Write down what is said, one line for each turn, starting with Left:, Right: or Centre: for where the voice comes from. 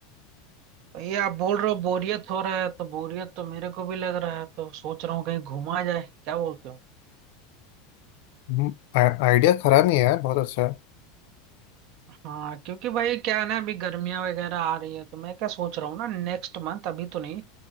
Right: भाई आप बोल रहे हो बोरियत हो रहा है तो बोरियत तो मेरे को भी लग रहा है तो सोच रहा हूँ कहीं घुमा जाए क्या बोलते हो
Left: हम्म, आ- आइडिया खराब नहीं है यार बहुत अच्छा है
Right: हाँ क्योंकि भाई क्या है ना अभी गर्मियाँ वगैरह आ रही है तो मैं क्या सोच रहा हूँ ना नेक्स्ट मंथ अभी तो नहीं